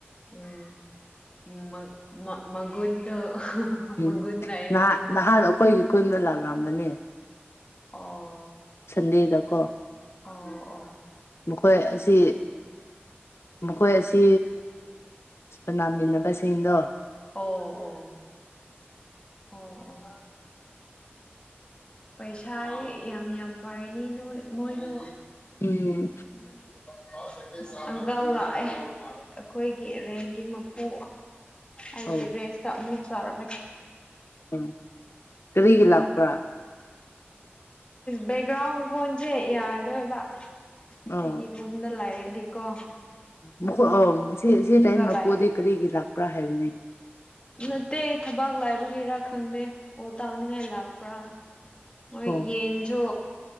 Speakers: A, on the left (about 25°); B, on the left (about 80°).
A: ꯎꯝ ꯃ ꯃ ꯃꯒꯨꯟꯅ
B: ꯎꯝ
A: ꯒꯨꯟ ꯂꯏꯅꯤ
B: ꯅꯍꯥꯟ ꯅꯍꯥꯟ ꯑꯩꯈꯣꯏꯒꯤ ꯈꯨꯟꯗ ꯂꯥꯛꯂꯝꯕꯅꯦ
A: ꯑꯣ
B: ꯁꯟꯗꯦꯗꯀꯣ
A: ꯑꯣ ꯑꯣ
B: ꯃꯈꯣꯏ ꯑꯁꯤ ꯃꯈꯣꯏ ꯑꯁꯤ ꯁꯥꯟꯅꯃꯤꯟꯅꯕꯁꯤꯡꯗꯣ
A: ꯑꯣ ꯑꯣ ꯑꯣ ꯑꯣ ꯄꯩꯁꯥ ꯌꯥꯝ ꯌꯥꯝ ꯄꯥꯏꯔꯅꯤ ꯅꯣꯏ ꯃꯣꯏꯗꯣ
B: ꯎꯝ
A: ꯐ <inaudible> ꯑꯁ ꯑꯪꯀꯜ ꯂꯥꯛꯑꯦ ꯑꯩꯈꯣꯏꯒꯤ ꯔꯦꯟꯒꯤ ꯃꯄꯨ ꯑꯩꯒꯤ
B: ꯑꯧ
A: ꯔꯦꯟꯇ ꯃꯨꯛ ꯆꯠꯔꯒꯦ
B: ꯎꯝ ꯀꯔꯤꯒꯤ ꯂꯥꯛꯄ꯭ꯔꯥ
A: ꯕꯦꯛꯒ꯭ꯔꯥꯎꯟ ꯈꯣꯟꯁꯦ ꯌꯥꯔꯗꯣꯏꯕ
B: ꯑꯣ
A: ꯑꯩꯒꯤ ꯔꯨꯝꯗ ꯂꯥꯛꯌ ꯗꯤꯀꯣ
B: ꯃꯈꯣꯏ ꯑ ꯁꯤ ꯁꯤ ꯔꯦꯟ ꯃꯄꯨꯗꯤ
A: ꯂꯥꯛꯑꯦ
B: ꯀꯔꯤꯒꯤ ꯂꯥꯛꯄ꯭ꯔꯥ ꯍꯥꯏꯕꯅꯤ
A: ꯅꯠꯇꯦ ꯊꯕꯥꯛ ꯂꯥꯏꯕꯒꯤꯔꯥ ꯈꯪꯗꯦ ꯐꯣꯜ ꯇꯥꯎꯅꯤꯡꯉꯥꯏ ꯂꯥꯛꯄ꯭ꯔꯥ ꯍꯣꯏ
B: ꯑꯣ
A: ꯌꯦꯟꯁꯨ